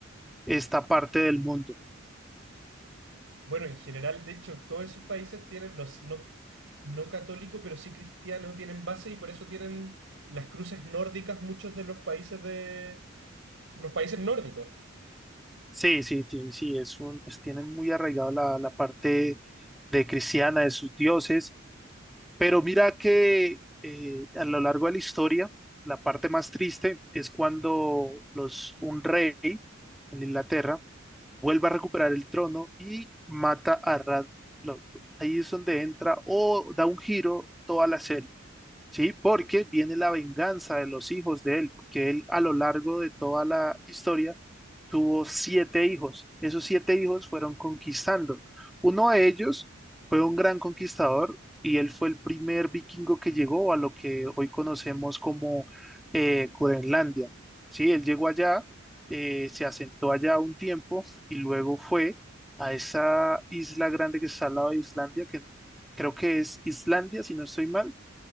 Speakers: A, in the centre; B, on the right (about 75°).
A: esta parte del mundo.
B: Bueno, en general, de hecho, todos esos países tienen, no, no, no católico, pero sí cristiano, tienen base y por eso tienen las cruces nórdicas muchos de los países de los países nórdicos.
A: Sí, sí, sí, sí, es un, es- tienen muy arraigado la, la parte de cristiana de sus dioses Pero mira que eh, a lo largo de la historia, la parte más triste es cuando los, un rey en Inglaterra vuelve a recuperar el trono y mata a Radloff. Ahí es donde entra o da un giro toda la serie. ¿sí? Porque viene la venganza de los hijos de él, porque él a lo largo de toda la historia tuvo siete hijos. Esos siete hijos fueron conquistando. Uno de ellos fue un gran conquistador y él fue el primer vikingo que llegó a lo que hoy conocemos como eh, Groenlandia, ¿sí? Él llegó allá, eh, se asentó allá un tiempo y luego fue a esa isla grande que está al lado de Islandia, que creo que es Islandia, si no estoy mal